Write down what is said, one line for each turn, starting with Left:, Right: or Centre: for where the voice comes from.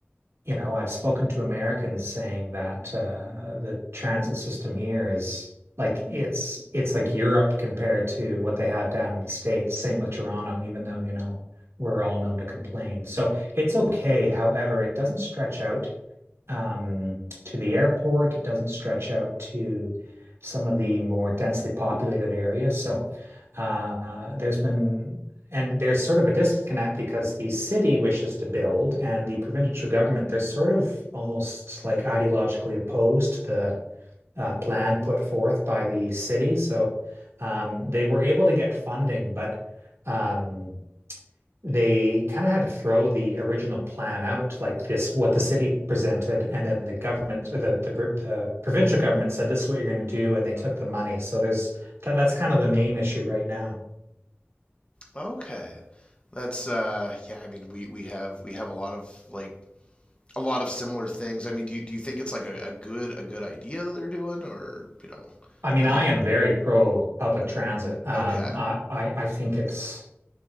Right: you know, I've spoken to Americans saying that uh, the transit system here is like it's it's like Europe compared to what they have down in the States. Same with Toronto, even though, you know, we're all known to complain. So it's okay. However, it doesn't stretch out um, to the airport. It doesn't stretch out to some of the more densely populated areas. So uh, there's been, and there's sort of a disconnect because the city wishes to build and the provincial government, they're sort of almost like ideologically opposed to the uh, plan put forth by the city. So um, they were able to get funding, but um, they kind of had to throw the original plan out, like this, what the city presented, and then the government, or the the, pr- the provincial government said this is what you're going to do, and they took the money. So there's that, that's kind of the main issue right now.
Left: Okay. That's uh yeah, I mean we we have we have a lot of like a lot of similar things. I mean, do you do you think it's like a, a good a good idea that they're doing or, you know,
Right: I mean,
Left: are
Right: I
Left: they
Right: am very pro public transit. Um,
Left: okay.
Right: I, I I think it's